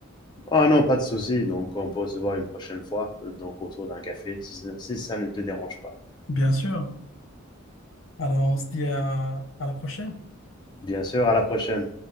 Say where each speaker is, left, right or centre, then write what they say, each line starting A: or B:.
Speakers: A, on the left; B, on the left.
A: Ah non, pas de souci. Donc, on peut se voir une prochaine fois, euh, donc autour d'un café, si ça- si ça ne te dérange pas.
B: Bien sûr. Alors, on se dit à à la prochaine.
A: Bien sûr, à la prochaine.